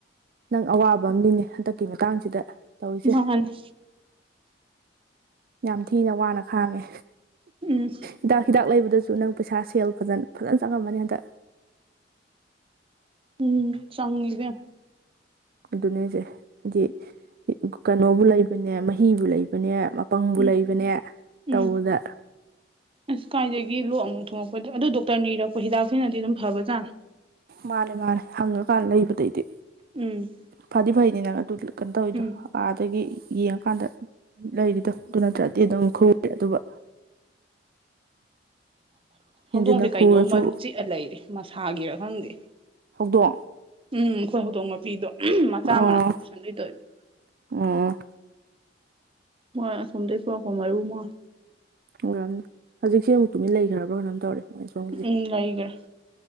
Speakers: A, on the right; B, on the right.
A: ꯅꯪ ꯑꯋꯥꯕ ꯑꯃꯅꯦ ꯍꯟꯗꯛꯀꯤ ꯃꯇꯥꯡꯁꯤꯗ ꯇꯧꯔꯤꯁꯦ
B: ꯃꯥꯅꯦ
A: ꯌꯥꯝ ꯊꯤꯅ ꯋꯥꯅ ꯈꯥꯡꯉꯦ
B: ꯎꯝ
A: ꯍꯤꯗꯥꯛ ꯍꯤꯗꯥꯛ ꯂꯩꯕꯗꯁꯨ ꯅꯪ ꯄꯩꯁꯥ ꯁꯦꯜ ꯐꯖꯅ ꯐꯖꯅ ꯆꯪꯉꯝꯃꯅꯤ ꯍꯟꯗꯛ
B: ꯎꯝ ꯆꯥꯡꯒꯂꯤ ꯀ
A: ꯑꯗꯨꯅꯦꯁꯦ ꯍꯥꯏꯗꯤ ꯀꯩꯅꯣꯕꯨ ꯂꯩꯕꯅꯦ ꯃꯍꯤꯕꯨ ꯂꯩꯕꯅꯦ ꯄꯪꯕꯨ
B: ꯎꯝ
A: ꯂꯩꯕꯅꯦ
B: ꯎꯝ
A: ꯇꯧꯕꯗ
B: ꯑꯁ ꯀꯥꯏꯗꯒꯤ ꯂꯣꯛ ꯑꯃꯨꯛ ꯊ ꯊꯣꯛꯉꯛꯄꯗꯣ ꯑꯗꯨ ꯗꯣꯛꯇꯔꯅ ꯏꯔꯛꯄ ꯍꯤꯗꯥꯛꯁꯤꯅꯗꯤ ꯑꯗꯨꯝ ꯐꯕꯖꯥꯔꯅꯦ
A: ꯃꯥꯅꯦ ꯃꯥꯅꯦ ꯍꯪꯉꯀꯥꯟꯗ ꯂꯩꯕꯗꯩꯗꯤ
B: ꯎꯝ
A: ꯐꯗꯤ ꯐꯩꯅꯤ ꯅꯪ ꯑꯗꯨ ꯀꯩꯅꯣ ꯇꯧꯋꯤꯗꯣ
B: ꯎꯝ
A: ꯑꯥꯗꯒꯤ ꯌꯦꯡꯉꯀꯥꯟꯗ ꯂꯩꯔꯤꯗ ꯑꯗꯨ ꯅꯠꯇ꯭ꯔꯗꯤ ꯑꯗꯨꯝ ꯈꯨꯔꯦ ꯑꯗꯨꯒ
B: <inaudible>
A: ꯍꯦꯟꯖꯤꯟꯅ
B: ꯍꯧꯗꯣꯡꯁꯦ ꯀꯩꯅꯣ
A: ꯈꯨꯔꯁꯨ
B: ꯃꯔꯨ ꯆꯤꯛꯑ ꯂꯩꯔꯦ ꯃꯁꯥꯒꯤꯔ ꯈꯪꯗꯦ
A: ꯍꯧꯗꯣꯛ
B: ꯎꯝ ꯑꯩꯈꯣꯏ ꯍꯧꯗꯣꯡ ꯃꯄꯤꯗꯣ ꯃꯆꯥ
A: ꯑꯥ
B: ꯃꯅꯥꯛꯇ ꯄꯨꯁꯟꯗꯣꯏ ꯇꯣꯏꯅꯦ
A: ꯑꯥ
B: ꯃꯣꯏ ꯑꯁꯣꯝꯗ ꯐꯔꯣ ꯀꯣꯃꯔ ꯃꯣ
A: ꯍꯈ꯭ꯔꯝꯅꯦ ꯍꯧꯖꯤꯛꯁꯦ ꯑꯃꯨꯛꯇꯨꯃꯤ ꯂꯩꯈ꯭ꯔꯕ꯭ꯔꯣꯅꯝ ꯇꯧꯔꯦ ꯃꯣꯏ ꯁꯣꯝꯒꯤꯁꯦ
B: ꯎꯝ ꯂꯩꯒ